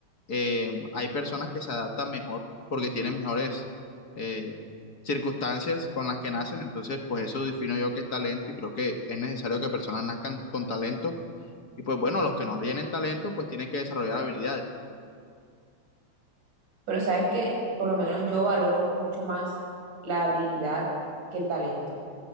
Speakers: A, on the left (about 45°); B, on the right (about 70°).
A: eh, hay personas que se adaptan mejor porque tienen mejores eh, circunstancias con las que nacen, entonces pues eso defino yo que es talento y creo que es necesario que personas nazcan con talento y pues bueno, los que no tienen talento pues tienen que desarrollar habilidades.
B: Pero sabes que por lo menos yo valoro mucho más la habilidad que el talento,